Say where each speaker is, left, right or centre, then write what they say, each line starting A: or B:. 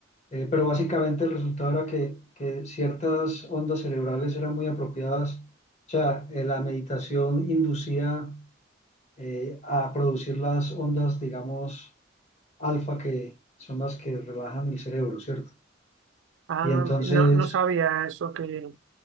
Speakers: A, on the left (about 35°); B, on the right (about 70°).
A: eh, pero básicamente el resultado era que, que ciertas ondas cerebrales eran muy apropiadas. O sea, eh, la meditación inducía eh, a producir las ondas, digamos, alfa, que son las que relajan el cerebro, ¿cierto?
B: Ah,
A: Y entonces,
B: no, no sabía eso, que,